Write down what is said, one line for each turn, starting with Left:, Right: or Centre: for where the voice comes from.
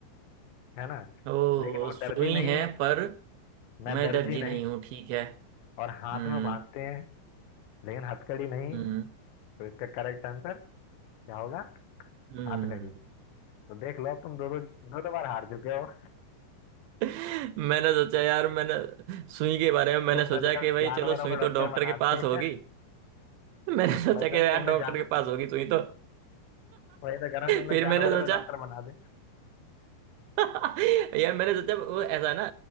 Left: है ना
Right: ओ
Left: लेकिन वो
Right: सुई
Left: दर्जी नहीं
Right: है
Left: है
Right: पर
Left: मैं
Right: मैं
Left: दर्जी
Right: दर्जी नहीं
Left: नहीं
Right: हूँ ठीक है
Left: और हाथ
Right: हम्म
Left: में बांधते हैं लेकिन हथकड़ी नहीं
Right: हम्म
Left: है तो इसका करेक्ट आंसर क्या होगा
Right: हम्म
Left: हाथ घड़ी तो देख लो अब तुम दो दो दो दो बार हार चुके हो
Right: <laughs> मैंने सोचा यार मैंने सुई के बारे में मैंने
Left: तुमने
Right: सोचा
Left: तो यार
Right: कि भाई
Left: जानवरों
Right: चलो सुई
Left: को
Right: तो
Left: डॉक्टर
Right: डॉक्टर
Left: बना
Right: के
Left: दिया
Right: पास होगी <laughs> मैंने
Left: <laughs>
Right: सोचा
Left: वही तो
Right: कि यार
Left: तुमने
Right: डॉक्टर
Left: जान
Right: के पास होगी सुई तो
Left: वही तो करा तुमने
Right: <laughs> फिर
Left: जानवरों
Right: मैंने सोचा
Left: को डॉक्टर बना दे
Right: <laughs> यार मैंने सोचा वो ऐसा है ना